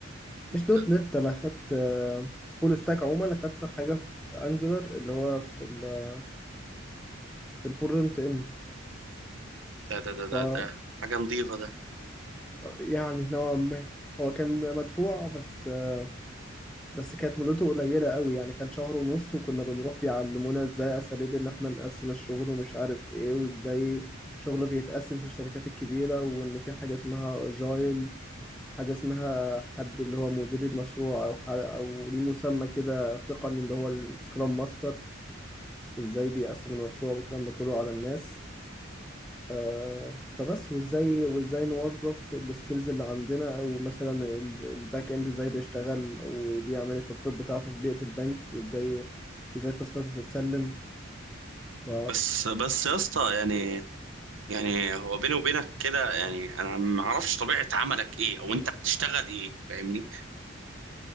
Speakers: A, in the centre; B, on the right (about 70°).
A: مش دوت
B: ده
A: نت أنا أخدت فول ستاك عموما أخدت حاجة في أنجلر اللي هو في ال- في الفرونت إند
B: ده ده ده,
A: ف
B: ده, ده. حاجة نظيفة ده
A: يعني نوعا ما هو كان مدفوع بس آه، بس كانت مدته قليلة قوي يعني كان شهر ونص وكنا بنروح بيعلمونا ازاي اساليب ان احنا نقسم الشغل ومش عارف ايه وازاي شغله بيتقسم في الشركات الكبيرة وان في حاجة اسمها اجايل حاجة اسمها حد اللي هو مدير المشروع او ح- او ليه مسمى كده تقني اللي هو السكرام ماستر ازاي بيقسم المشروع والكلام ده كله على الناس آه، فبس وازاي وازاي نوظف السكيلز اللي عندنا او مثلا ال- الباك اند ازاي بيشتغل وبيعمل التاسكات بتاعته في بيئة البنك وازاي وازاي التاسكات بتتسلم ف...
B: بس بس يا اسطى يعني يعني هو بيني وبينك كده يعني انا ما اعرفش طبيعة عملك ايه او انت بتشتغل ايه فاهمني